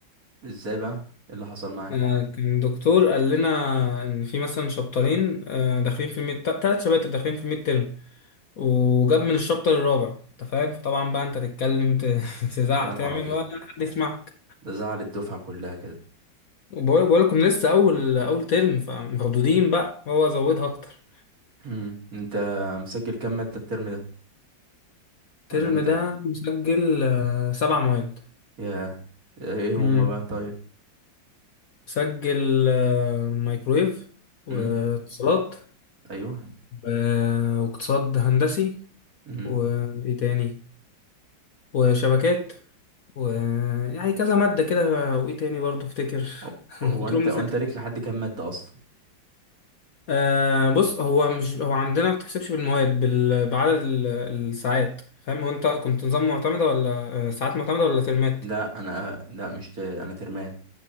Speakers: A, on the right (about 50°); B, on the left (about 60°).
A: ازاي بقى إيه اللي حصل معاك
B: آه، كان دكتور قال لنا ان في مثلا شابترين آه، داخلين في الميد ثلاث شباتر داخلين في الميد ترم وجاب من الشابتر الرابع انت فاهم فطبعا بقى انت تتكلم ت- <laughs> تزعق
A: يا نهار
B: تعمل
A: ابيض
B: ولا حد يسمعك
A: ده زعل الدفعه كلها كده
B: وبقول بقول لكم لسه اول اول ترم فمخضوضين بقى هو زودها اكتر
A: امم انت مسجل كام ماده الترم ده
B: الترم
A: ولا انت
B: ده مسجل آه، سبع مواد
A: يا ايه هما
B: مم.
A: بقى طيب
B: سجل آه، مايكرويف واتصالات
A: امم ايوه
B: و- واقتصاد هندسي
A: امم
B: وايه تاني وشبكات ويعني كذا مادة كده وايه تاني برضه افتكر
A: هو
B: <laughs>
A: هو
B: كنترول
A: انت
B: نسيتها
A: وانت ليك لحد كام ماده اصلا
B: آه بص هو مش هو عندنا ما بتحسبش بالمواد بال... بعدد ال- الساعات فاهم هو انت كنت نظام معتمدة ولا آه، ساعات معتمدة ولا ترمات
A: لا انا لا مش ت... انا ترمات